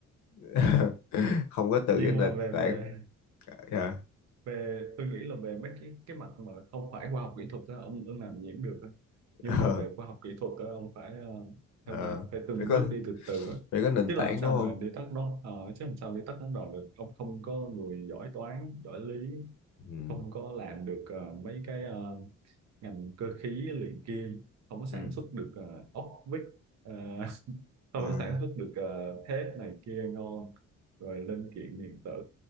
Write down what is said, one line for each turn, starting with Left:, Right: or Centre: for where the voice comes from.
Left: <laughs> không có từ
Right: nhưng
Left: cái nền
Right: mà về
Left: tảng
Right: về
Left: dạ,
Right: về tôi nghĩ là về mấy cái cái mặt mà không phải khoa học kỹ thuật á ông ông làm gì cũng được nhưng
Left: ờ,
Right: mà về khoa học kỹ thuật á, ông phải ờ,
Left: ờ,
Right: theo ta phải từng
Left: phải có
Right: bước đi từ từ á.
Left: phải có nền
Right: chứ
Left: tảng
Right: làm sao
Left: đúng
Right: mà
Left: không
Right: đi tắt nó ờ, chứ làm sao đi tắt đón đầu được ông không có người giỏi toán giỏi lý
Left: ừ.
Right: không có làm được ờ, mấy cái ờ, ngành cơ khí luyện kim không có sản
Left: ừ.
Right: xuất được ờ, ốc vít ờ, <laughs> không
Left: Ừ.
Right: có sản xuất được ờ, thép này kia ngon rồi linh kiện điện tử